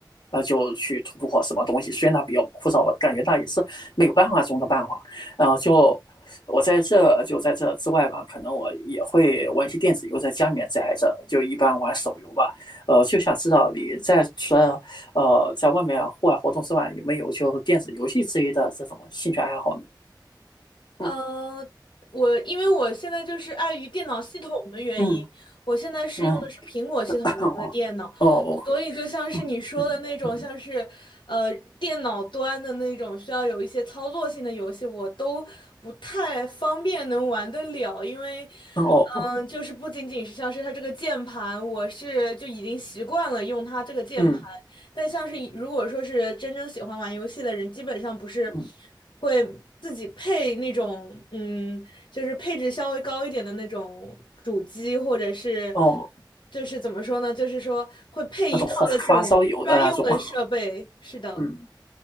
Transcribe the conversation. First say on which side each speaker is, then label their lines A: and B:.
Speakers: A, on the left; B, on the left.
A: 啊，就去突破什么东西。虽然它比较枯燥，吧，感觉它也是没有办法中的办法。啊，呃就我在这就在这之外吧，可能我也会玩一些电子游，在家里面宅着，就一般玩手游吧。呃，就想知道你在除了呃在外面户外活动之外，有没有就电子游戏之类的这种兴趣爱好呢？
B: 呃，
A: 嗯
B: 我因为我现在就是碍于电脑系统的原因，
A: 嗯
B: 我现在是用的是苹果系统的这个电脑，
A: 嗯，<laughs> 哦哦
B: 所以就像是你说的那种，
A: 嗯嗯
B: 像是呃电脑端的那种需要有一些操作性的游戏，我都不太方便能玩得了，因为
A: 哦哦
B: 嗯、呃就是不仅仅是像是它这个键盘，我是就已经习惯了用它这个键盘。
A: 嗯
B: 但像是如果说是真正喜欢玩游戏的人，基本上不是
A: 嗯
B: 会自己配那种，嗯，就是配置稍微高一点的那种主机，或者是
A: 哦，
B: 就是怎么说呢，就是说会配一套的这种专用的设备。
A: 那种花发烧友的那种，
B: 是的，
A: <laughs> 嗯。